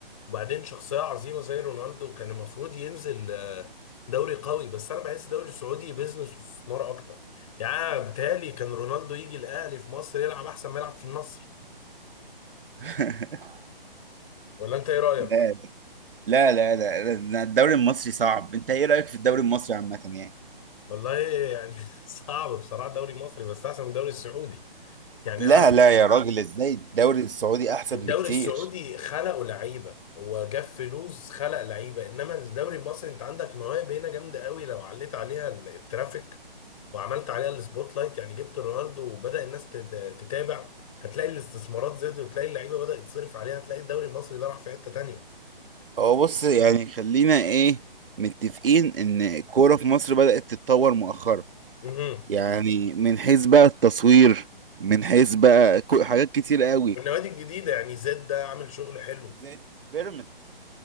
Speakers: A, on the left; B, on the right.
A: وبعدين شخصيه عظيمه زي رونالدو كان المفروض ينزل آه، دوري قوي بس انا بحس الدوري السعودي بيزنس واستثمار اكتر يعني أنا بيتهيألي كان رونالدو يجي الاهلي في مصر يلعب احسن ما يلعب في النصر
B: <laughs>
A: ولا انت ايه رايك
B: لا لا لا لا لا، الدوري المصري صعب انت ايه رأيك في الدوري المصري عامة يعني
A: والله يعني <laughs> صعب بصراحه الدوري المصري بس احسن من الدوري السعودي يعني
B: لا
A: أنا-
B: لا يا راجل ازاي الدوري السعودي احسن
A: الدوري
B: بكتير
A: السعودي خلقوا لعيبه هو جاب فلوس خلق لعيبه انما الدوري المصري انت عندك مواهب هنا جامده قوي لو عليت عليها ال- الترافيك وعملت عليها السبوت لايت يعني جبت رونالدو وبدا الناس تت- تتابع هتلاقي الاستثمارات زادت وتلاقي اللعيبه بدات تصرف عليها هتلاقي الدوري المصري ده راح في حته تانيه
B: هو بص يعني خلينا ايه متفقين ان الكورة في مصر بدأت تتطور مؤخرا
A: مهم.
B: يعني من حيث بقى التصوير من حيث بقى كو- حاجات كتير قوي
A: والنوادي الجديده يعني زد ده عامل شغل حلو
B: زي بيراميدز